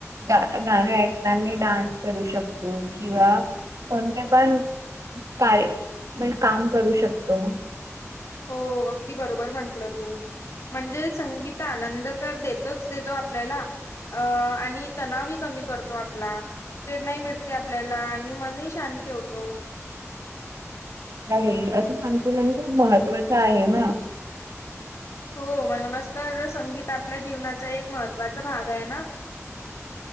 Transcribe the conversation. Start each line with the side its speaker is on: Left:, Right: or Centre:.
Right: तो गाण ऐकतानी डान्स करू शकतो. किंवा कोणते पण का म्ह काम करू शकतो.
Left: हो अगदी बरोबर म्हटल तु म्हणजे संगीत आनंद तर देतोच देतो आपल्याला अं आणि तणावही कमी करतो. तो आपला प्रेरणाही मिळते आपल्याला आणि मनही शांत ठेवतो.
Right: नाही आहे अस संतुलन खुप महत्त्वाच आहे ना.
Left: हो म्हणुनच तर संगीत आपल्या जीवनाचा एक महत्त्वाचा भाग आहे ना.